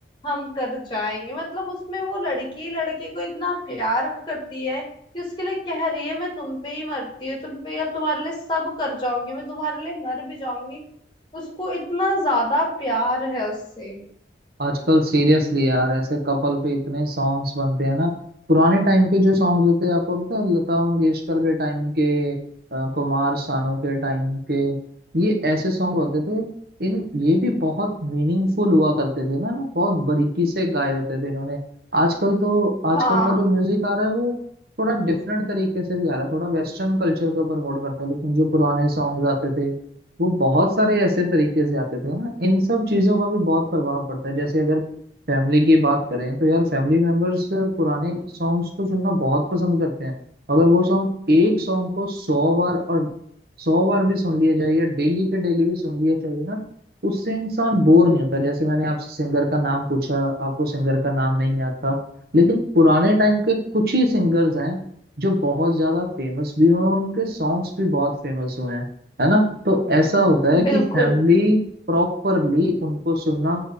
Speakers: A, on the left; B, on the right.
A: हम कर जाएंगे मतलब उसमें वो लड़की लड़के को इतना प्यार करती है कि उसके लिए कह रही है मैं तुम पे ही मरती हूँ तुम पे या तुम्हारे लिए सब कर जाऊंगी मैं तुम्हारे लिए मर भी जाऊंगी उसको इतना ज्यादा प्यार है उससे
B: आजकल सीरियसली यार ऐसे कपल पे इतने सॉन्ग्स बनते हैं ना पुराने टाइम के जो सॉन्ग्स होते हैं आपको पता है लता मंगेशकर के टाइम के अ, कुमार सानू के टाइम के ये ऐसे सॉन्ग होते थे इन ये भी बहुत मीनिंगफुल हुआ करते थे ना ना बहुत बारीकी से गाए होते थे इन्होंने आजकल तो आजकल
A: हाँ
B: का जो म्यूजिक आ रहा है वो थोड़ा डिफरेंट तरीके से भी आ रहा है थोड़ा वेस्टर्न कल्चर को प्रमोट करता है लेकिन जो पुराने सॉन्ग्स आते थे वो बहुत सारे ऐसे तरीके से आते थे ना इन सब चीजों का भी बहुत प्रभाव पड़ता है जैसे अगर फैमिली की बात करें तो यार फैमिली मेंबर्स पुराने सॉन्ग्स को सुनना बहुत पसंद करते हैं अगर वो सॉन्ग एक सॉन्ग को सौ बार और सौ बार भी सुन लिया जाए या डेली के डेली भी सुन लिया चाहिए ना उससे इंसान बोर नहीं होता जैसे मैंने आपसे सिंगर का नाम पूछा आपको सिंगर का नाम नहीं आता लेकिन पुराने टाइम के कुछ ही सिंगर्स हैं जो बहुत ज्यादा फेमस भी हुए हैं और उनके सॉन्ग्स भी बहुत फेमस हुए हैं है ना तो ऐसा होता है कि
A: बिल्कुल
B: फैमिली प्रॉपरली उनको सुनना